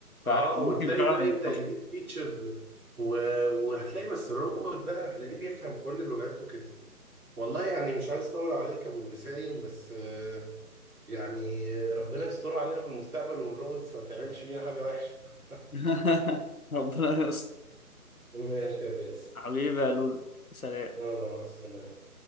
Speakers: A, on the left (about 65°); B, on the right (about 70°).
A: فممكن
B: اه وتلاقي
A: فعلا
B: بقى يبدا
A: يتحصل
B: يديك فيتشرز و... وهتلاقي بس الروبوت بقى هتلاقيه بيفهم كل لغاته كده والله يعني مش عايز اطول عليك يا ابو البسايم بس آه، يعني آه، ربنا يستر علينا في المستقبل والروبوتس ما تعملش فينا حاجه وحشه
A: <laughs> ربنا يستر
B: <laughs> ماشي يا باسم
A: حبيبي يا لولو سلام
B: يلا مع السلامه